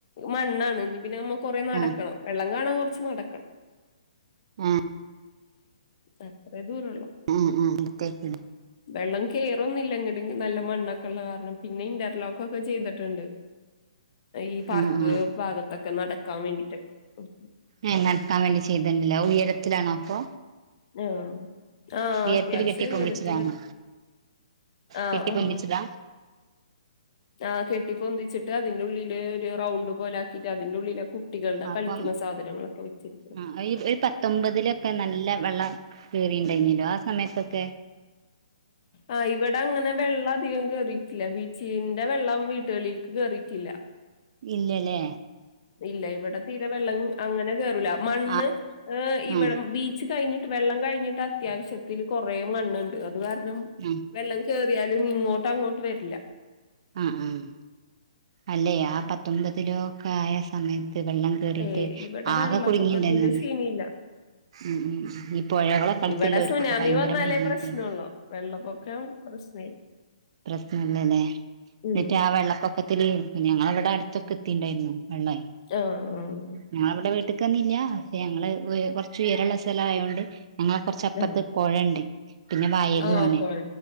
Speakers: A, on the left (about 50°); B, on the right (about 50°).
A: മണ്ണാണ് ഇഞ്ഞി പിന്നെ നമ്മ കൊറെനടക്കണം
B: ആഹ്
A: വെള്ളം കാണാൻ കുറച്ച് നടക്കണം
B: ആഹ്
A: അത്രേ ദൂരള്ളൂ
B: ആഹ് ആഹ് അടുത്തേയ്ക്കുലെ
A: വെള്ളം കേറൊന്നുല്ല ഇങ്ങട് നല്ല മണ്ണൊക്കെ ഇള്ള കാരണം പിന്നെ ഇന്റർലോക്കക്കെ ചെയ്തിട്ടുണ്ട് ഈ പാർക്ക്
B: ആഹ് ആഹ്
A: ഭാഗത്തൊക്കെ നടക്കാൻ വേണ്ടിട്ടൊക്കെ ഉം
B: ഏഹ് നടക്കാൻ വേണ്ടി ചെയ്ത്ണ്ട്ല്ലേ അഹ് ഉയരത്തിലാണോ അപ്പൊ
A: ആഹ് ആഹ്
B: ഉയരത്തില്
A: അത്യാവശ്യം
B: കെട്ടി
A: ഉയരത്തില
B: പൊന്തിച്ചതാണോ
A: ആഹ്
B: കെട്ടി
A: ആഹ്
B: പൊന്തിച്ചതാ
A: ആഹ് കെട്ടിപ്പൊന്തിച്ചിട്ട് അതിന്റെ ഉള്ളില് ഒരു റൗണ്ട് പോലാക്കീട്ട് അതിന്റെ ഉള്ളിലാ കു ട്ടികൾടെ കളിക്കണ
B: അപ്പം
A: സാധനങ്ങളൊക്കെ വെച്ചിരിക്കുന്നത്
B: ആഹ് ഈ ഒരു പത്തൊമ്പതിലൊക്കെ നല്ല വെള്ളം കേറിണ്ടങ്കിലോ ആ സമയത്തൊക്കെ
A: ആഹ് ഇവിടെ അങ്ങനെ വെള്ളം അധികം കേറിട്ടില്ല ബീച്ചിന്റെ വെള്ളം വീട്ടുകൾക്ക് കേറിട്ടില്ല
B: ഇല്ലലേ
A: ഇല്ല ഇവിടെ തീരെ വെള്ളം അങ്ങനെ കേറൂല മണ്ണ്
B: ആഹ്
A: ഏ ഇവിടെ
B: ഉം
A: ബീച്ച് കഴിഞ് ട്ട് വെള്ളം കഴിഞ്ഞിട്ട് അത്യാവശ്യത്തിന് കൊറേ മണ്ണ്ണ്ട് അത് കാരണം
B: ഉം
A: വെള്ളം കേറിയാലും ഇങ്ങോട്ട് അങ്ങോട്ട് വര്ല
B: ആഹ് ആഹ് അല്ലെ ആ പത്തൊമ്പതിലോക്കെ ആയ സമയത്ത് വെള്ളം കേറിട്ട്
A: ഏയ് ഇവിടെ വെള്ളപ്പൊക്കത്തിന്റെ
B: ആകെ കുടുങ്ങിണ്ടാന്ന്
A: സീനില്ല.
B: ഉം ഉം ഉം ഈ പൊഴകളൊക്കെ അടുത്തുള്ളോർക്കൊക്കെ
A: ഇവിടെ സുനാമി
B: ഭയങ്കര
A: വന്നാലേ
B: ബുദ്ധിമുട്ടേനു
A: പ്രശ്നൊള്ളൂ. വെള്ളപ്പൊക്കം പ്രശ്നായി
B: പ്രശ്നല്ലലേ എന്നിട്ട്
A: ഉം
B: ആ വെള്ളപ്പൊ ക്കത്തിലി പിന്നെ ഞങ്ങളവിടെ അടുത്തൊക്കെ എത്തിണ്ടായിരുന്നു വെള്ളെ
A: ആഹ് ആഹ്
B: ഞങ്ങളവിടെ വീട്ടക്ക് വന്നില്ല പക്ഷെ ഞങ്ങള് കൊറച്ച് ഉയരള്ള സ്ഥലം ആയോണ്ട് ഞങ്ങള് കൊറ ച്ചപ്പറത്ത്
A: ആഹ്
B: പുഴണ്ട് പിന്നെ വയലും
A: ആഹ്
B: ആണ്
A: പൊഴ